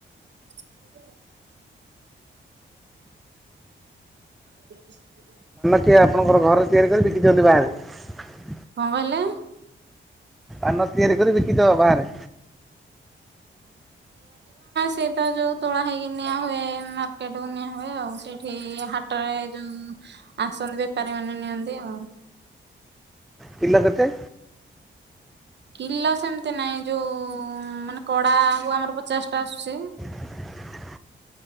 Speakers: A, on the right; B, in the centre.
A: <inaudible> <inaudible>
B: ସିଏ ଆପଣଙ୍କର ଘରେ ତିଆରି କରି ବିକିଦିଅନ୍ତି ବାହାରେ।
A: କଣ କହିଲେ?
B: ଆ ନ ତିଆରି କରି ବିକିଦବା ବାହାରେ।
A: ସେଇ ତ ଯୋଉ ତୋଳା ହେଇକି ନିଆ ହୁଏ ମାର୍କେଟକୁୁ ନିଆ ହୁଏ ଆଉ ସେଇଠି ହାଟରେ ଯୋଉ ଆସନ୍ତି ବେପାରୀ ମାନେ ନିଅନ୍ତି ଆଉ।
B: କିଲ କେତେ?
A: କିଲ ସେମିତି ନାଇଁ ଯୋଉ ମାନେ କଡା ଆଉ ଆମର ପଚାଶ ଟା ଆସୁଛି।
B: <inaudible>